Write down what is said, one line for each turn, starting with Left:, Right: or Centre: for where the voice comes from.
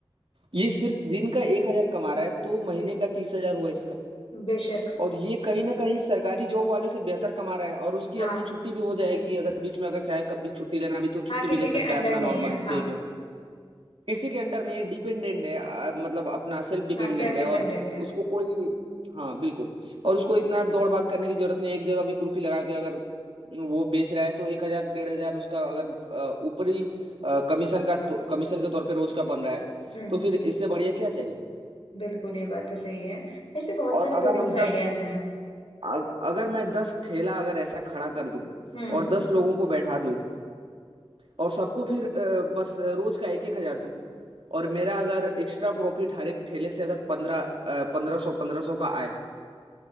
Right: ये सिर्फ दिन का एक हजार कमा रहा है तो महीने का तीस हजार हुआ इसका
Left: बेशक
Right: और ये कहीं ना कहीं सरकारी जॉब वाले से बेहतर कमा रहा है और उसकी
Left: हाँ
Right: अपनी छुट्टी भी हो जाएगी अगर बीच में अगर चाहे कभी छुट्टी लेना भी तो छुट्टी
Left: हाँ किसी
Right: भी ले
Left: के
Right: सकता
Left: अंडर
Right: है अपना
Left: नहीं
Right: नॉर्मल
Left: है हाँ
Right: डे में किसी के अंडर नहीं है डिपेंडेंट है आ, मतलब अपना सेल्फ डिपेंडेंट
Left: हाँ सेल्फ डिपेंडेंट
Right: है और
Left: है
Right: उसको कोई हाँ बिल्कुल और उसको इतना दौड़ भाग करने की जरूरत नहीं है। एक जगह भी कुल्फी लगा के अगर वो बेच रहा है तो एक हजार डेढ़ हजार उसका अगर अ, ऊपरी अ, कमीशन का तो, कमीशन के तौर पे रोज का बन रहा है
Left: हम्म
Right: तो फिर इससे बढ़िया क्या चाहिए
Left: बिल्कुल ये बात तो सही है ऐसे बहुत
Right: और
Left: सारे
Right: अगर
Left: बिजनेस
Right: हम दस
Left: आइडियाज हैं
Right: अ- अगर मैं दस ठेला अगर ऐसा खड़ा कर दूं
Left: हम्म
Right: और दस लोगों को बैठा दूं और सबको फिर अ, बस रोज का एक एक हजार दूं और मेरा अगर एक्स्ट्रा प्रॉफिट हर एक ठेले से अगर पंद्रह पंद्रह सौ पंद्रह सौ का आए